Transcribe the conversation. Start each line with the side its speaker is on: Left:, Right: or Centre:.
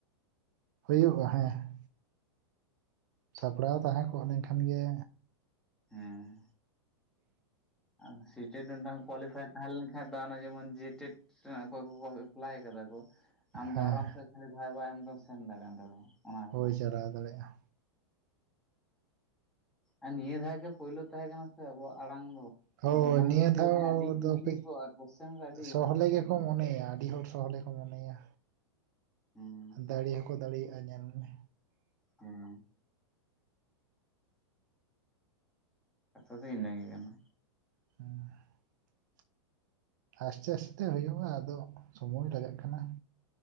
Right: ᱦᱚᱭᱚᱜ-ᱟ ᱦᱮᱸ᱾ ᱥᱟᱯᱲᱟᱣ ᱛᱟᱦᱮᱸ ᱠᱚᱜ ᱞᱮᱱᱠᱷᱟᱱ ᱜᱮᱼᱼ
Centre: ᱦᱮᱸᱻ᱾ ᱟᱨ ᱥᱤ ᱴᱮᱰ ᱢᱤᱫᱴᱟᱝ ᱠᱳᱣᱟᱞᱤᱯᱷᱟᱭ ᱛᱟᱦᱮᱸ ᱞᱮᱱᱠᱷᱟᱡ‌ ᱫᱚ ᱚᱱᱮ ᱡᱮᱢᱚᱱ ᱡᱮᱭᱮᱴᱮᱴ᱾ ᱥᱮ‌ ᱨᱮᱱ ᱚᱠᱚᱭ ᱠᱚ ᱠᱚ ᱮᱯᱞᱟᱭ ᱠᱟᱫᱟ ᱠᱚ, ᱟᱢᱫᱚ
Right: ᱦᱮᱸ
Centre: ᱟᱨᱟᱢ ᱥᱮ ᱠᱷᱟᱹᱞᱤ ᱵᱷᱟᱭ ᱵᱟ ᱮᱢ ᱟᱢ‌ ᱫᱚᱢ ᱥᱮᱱ ᱫᱟᱲᱮᱜ-ᱟ ᱚᱸᱰᱮ‌ ᱫᱚ᱾ ᱚᱱᱟ ᱨᱮᱱᱟᱜ
Right: ᱦᱳᱭ ᱪᱟᱞᱟᱣ
Centre: ᱫᱚ
Right: ᱫᱟᱲᱮᱜ-ᱟ᱾
Centre: ᱟᱨ ᱱᱤᱭᱟᱹ ᱫᱷᱟᱣ ᱜᱮ ᱯᱳᱭᱞᱳ ᱛᱟᱦᱮᱸ ᱠᱟᱱᱟ ᱥᱮ ᱟᱵᱚᱣᱟᱜ ᱟᱬᱟᱝ ᱫᱚ᱾
Right: ᱦᱳᱭ
Centre: ᱟᱫᱚ ᱚᱱᱟ ᱠᱷᱟᱹᱛᱤᱨ
Right: ᱱᱤᱭᱟᱹ
Centre: ᱛᱤᱧ
Right: ᱫᱷᱟᱣ
Centre: ᱞᱟᱹᱭᱫᱟ ᱟᱹᱰᱤ
Right: ᱫᱚ
Centre: ᱤᱡᱤ
Right: ᱠᱟᱹᱡ
Centre: ᱠᱚᱜᱼᱟ ᱠᱚᱥᱪᱮᱱ ᱠᱚ ᱟᱹᱰᱤ
Right: ᱥᱚᱦᱚᱞᱮ
Centre: ᱤᱡᱤ ᱠᱚᱜᱼᱟ
Right: ᱜᱮᱠᱚ
Centre: ᱠᱤᱱᱛᱩ᱾
Right: ᱢᱚᱱᱮᱭᱟ ᱟᱰᱤ ᱦᱚᱲ᱾ ᱥᱚᱦᱚᱞᱮ ᱠᱚ ᱢᱚᱱᱮᱭᱟ᱾
Centre: ᱦᱮᱸ
Right: ᱫᱟᱹᱲᱤ ᱦᱚᱸᱠᱚ ᱫᱟᱹᱲᱤᱭᱟᱜ-ᱟ ᱧᱮᱞ ᱢᱮ᱾
Centre: ᱦᱩᱸ᱾ ᱠᱟᱛᱷᱟ ᱫᱚ ᱤᱱᱟᱹ ᱜᱮ ᱠᱟᱱᱟ᱾
Right: ᱦᱮᱸ᱾ ᱟᱥᱛᱮ ᱟᱥᱛᱮ ᱛᱮ ᱦᱳᱭᱳᱜ-ᱟ ᱟᱫᱚ ᱥᱚᱢᱚᱭ ᱞᱟᱜᱟᱜ ᱠᱟᱱᱟ᱾